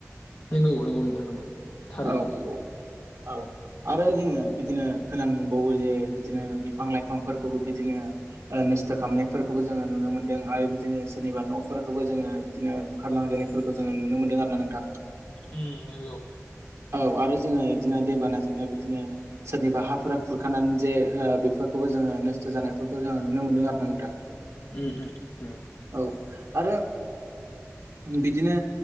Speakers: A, on the left; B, on the right.
A: नंगौ नंगौ नोंथां नंगौ थारैनो।
B: औ नंगौ औ आरो जोङो बिदिनो खोनानो मोनबावो जे बिदिनो बिफां लाइफांफोरखौबो बिदिनो। नोस्थो' खालामनायफोरखौबो जोङो नुनो मोनदों आरो बिदि बिदिनो सोरनिबा न'फोरखौबो जोङो बिदिनो बुखारलांजानायफोरखौ जोङो नुनो मोनदों आरो ना नोंथां।
A: ओम नंगौ।
B: औ आरो जोङो बिदिनो दैबानाजोंनो बिदिनो सोरनिबा हाफोरा खुरखानानै जे ओ, बेफोरखौबो जोङो नो स्थो जानायफोरखौ जोङो नुनो मोनदों आरो ना नोंथां।
A: उम उम नंगौ
B: औ आरो बिदिनो